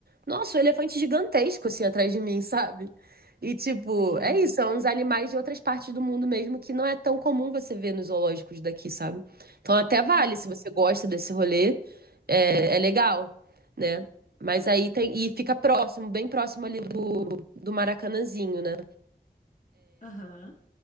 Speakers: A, on the right (about 60°); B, on the left (about 45°).
A: Nossa, o elefante gigantesco assim atrás de mim, <laughs> sabe? E tipo,
B: sim.
A: é isso, são uns animais de outras partes do mundo mesmo que não é tão comum você ver nos zoológicos daqui, sabe? Então até vale,
B: Uhum,
A: se você gosta desse rolê, é, é legal, né? Mas aí tem. E fica próximo, bem próximo ali do, do Maracanãzinho, né?
B: Aham.